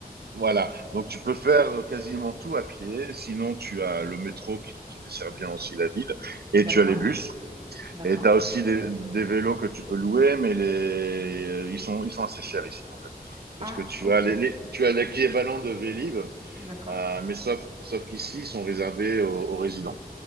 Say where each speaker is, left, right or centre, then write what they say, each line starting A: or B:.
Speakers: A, on the right; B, on the right.
A: voilà. Donc tu peux faire quasiment tout à pied. Sinon, tu as le métro qui, qui dessert bien aussi la ville, et
B: D'accord.
A: tu as les bus.
B: D'accord.
A: Et tu as aussi des, des vélos que tu peux louer, mais les, euh, ils sont, ils sont assez chers ici, en fait.
B: Ah,
A: Parce que tu
B: ok.
A: as les, les- tu as l'équivalent de Vélib,
B: D'accord.
A: euh, mais sauf, sauf qu'ici, ils sont réservés aux aux résidents.